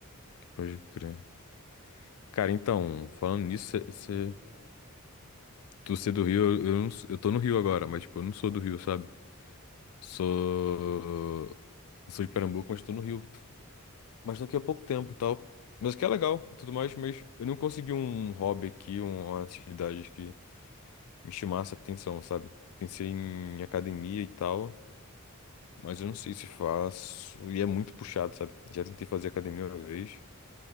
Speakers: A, on the left; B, on the right.
A: Pode crer. Cara, então,
B: Tem muita,
A: falando
B: muito
A: nisso,
B: lugar
A: cê,
B: pra
A: cê-
B: correr, sabe?
A: tu ser do Rio, eu, eu, não s- eu tô no Rio agora, mas, tipo, eu não sou do Rio, sabe? Sou.
B: Ah, sim.
A: Sou de Pernambuco, mas tô no Rio. Mas daqui a pouco tempo e tal. Mas que é legal e tudo mais, mas eu não consegui um hobby aqui, um- uma atividade que me chamasse a atenção, sabe? Pensei em academia e tal, mas eu não sei se faço. E é muito puxado, sabe? Já tentei fazer academia uma vez.